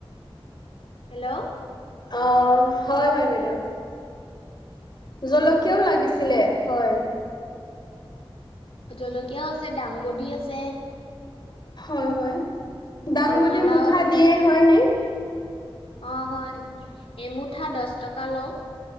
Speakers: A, on the left (about 85°); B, on the left (about 50°).
A: হেল্ল' <unintelligible>
B: অ' হয় হয় বাইদেউ।
A: অ'
B: জলকীয়াওঁ লাগিছিলে, হয়।
A: জলকীয়াওঁ আছে দাংবডী আছে।
B: হয় হয় দাংবদী
A: ৰঙালাও
B: মুঠা
A: আছে।
B: দিয়ে হয় নে?
A: অ' হয় এমুঠা দহ টকা লওঁ।